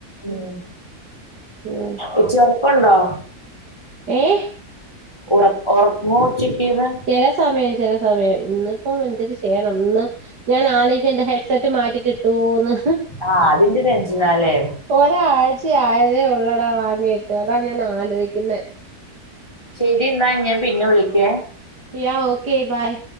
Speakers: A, on the left (about 15°); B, on the right (about 80°).
A: ഉം
B: ഉം
A: ഉച്ചയൊറക്കം ഉണ്ടോ?
B: ഏഹ്
A: ഉറ ഒറങ്ങോ ഉച്ചക്ക്ന്ന്.
B: ചെല സമയം ചെല സമയം ഇന്നിപ്പം എന്തര് ചെയ്യണം ഇന്ന് ഞാൻ ആലോയിക്കാ എന്റെ ഹെഡ്സെറ്റ് മാറ്റി കിട്ടുവോന്ന്.
A: ആഹ് അതിന്റെ ടെൻഷനാല്ലെ.
B: ഒരാരാഴ്ച ആയതേ ഉള്ളടാ വാങ്ങിയിട്ട് അതാ ഞാൻ ആലോയ്ക്കുന്നെ.
A: ശരി ന്നാ ഞാൻ പിന്നെ വിളിക്കെ.
B: Yeah okay bye.